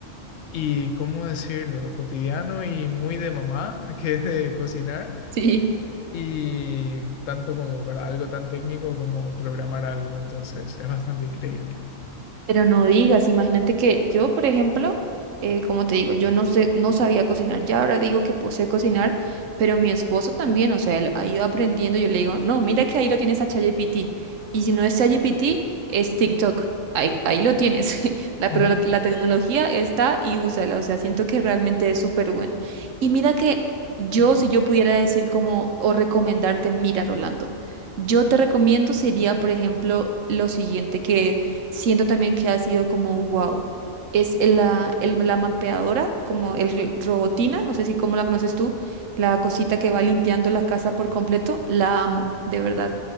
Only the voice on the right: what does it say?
Sí.
Pero no digas, imagínate que yo, por ejemplo, eh, como te digo, yo no sé, no sabía cocinar, ya ahora digo que pues, sé cocinar, pero mi esposo también, o sea, él ha ido aprendiendo, yo le digo, no, mira que ahí lo tienes a ChatGPT, y si no es ChatGPT, es TikTok, ahí, ahí lo tienes, <laughs> la,
pero la, la tecnología está y úsala, o sea, siento que realmente es súper buena. Y mira que yo, si yo pudiera decir como, o recomendarte, mira, Rolando, yo te recomiendo sería, por ejemplo, lo siguiente que siento también que ha sido como wow. Es el- la, el- la mapeadora, como el r- robotina, no sé si cómo la conoces tú, la cosita que va limpiando la casa por completo, la amo, de verdad.